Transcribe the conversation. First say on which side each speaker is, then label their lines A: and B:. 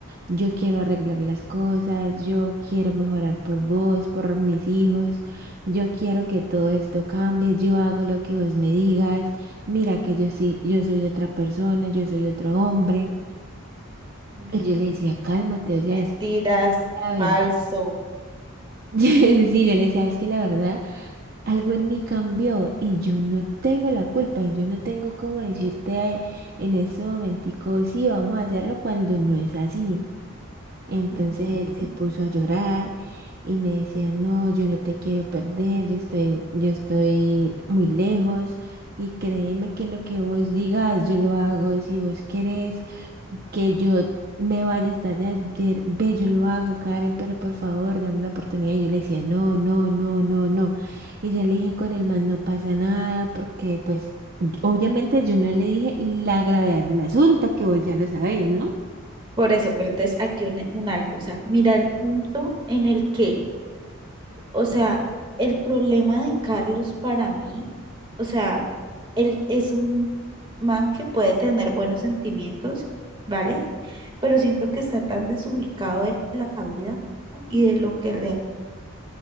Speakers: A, on the right; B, on the right.
A: Yo quiero arreglar las cosas. Yo quiero mejorar por vos, por mis hijos. Yo quiero que todo esto cambie. Yo hago lo que vos me digas. Mira que yo sí, yo soy otra persona, yo soy otro hombre.
B: Mm,
A: Y yo le decía, cálmate, o sea,
B: Mentiras,
A: es que la verdad.
B: falso.
A: <laughs> Sí, yo le decía, es que la verdad, algo en mí cambió y yo no tengo la culpa y yo no tengo cómo decirte en ese momentico, sí, vamos a hacerlo cuando no es así. Entonces
B: ujú.
A: él se puso a llorar y me decía, no, yo no te quiero perder, yo estoy, yo estoy muy lejos y créeme que lo que vos digas yo lo hago si vos querés que yo me vaya hasta allá, ayer, ve, yo lo hago, Karen, pero por favor, dame una oportunidad. Y yo le decía, no, no, no, no, no. Y yo le dije, con el man no pasa nada, porque pues obviamente yo no le dije la gravedad del asunto, que vos ya lo sabés, ¿no?
B: Por eso, pero entonces aquí un, un alto. O sea, mira el punto en el que, o sea, el problema de Carlos para mí, o sea, él es un man que puede tener buenos sentimientos, ¿vale? Pero siento que está tan desubicado de la vida y de lo que realmente